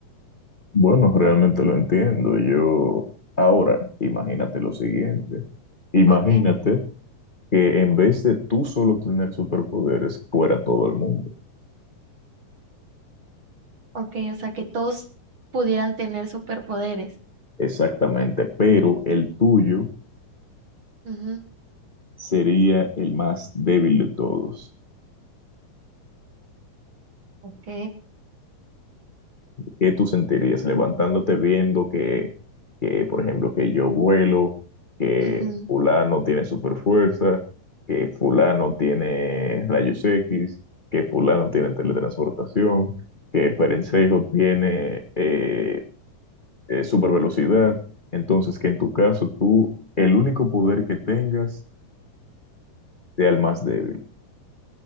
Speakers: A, on the left; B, on the right.
A: Bueno, realmente lo entiendo. Yo, ahora, imagínate lo siguiente. Imagínate
B: ¿ok?
A: que en vez de tú solo tener superpoderes, fuera todo el mundo.
B: Ok, o sea que todos pudieran tener superpoderes.
A: Exactamente, pero el tuyo
B: Ujú,
A: sería el más débil de todos.
B: ok,
A: ¿qué tú sentirías levantándote viendo que, que, por ejemplo, que yo vuelo, que
B: ujú,
A: fulano tiene super fuerza, que fulano tiene rayos X, que fulano tiene teletransportación, que Perencejo tiene eh, super velocidad? Entonces, que en tu caso tú, el único poder que tengas sea el más débil.